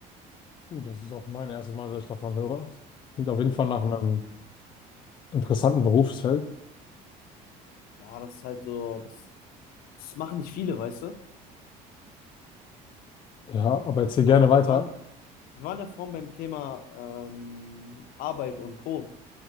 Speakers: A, on the left; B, on the left.
A: Du, das ist auch mein erstes Mal, dass ich davon höre. Klingt auf jeden Fall nach
B: Genau.
A: einem interessanten Berufsfeld.
B: Ja, das ist halt so, das Das machen nicht viele, weißt du?
A: Ja, aber erzähl
B: Aber
A: gerne weiter.
B: wir waren, wir waren ja vorhin beim Thema ähm, Arbeit und Co.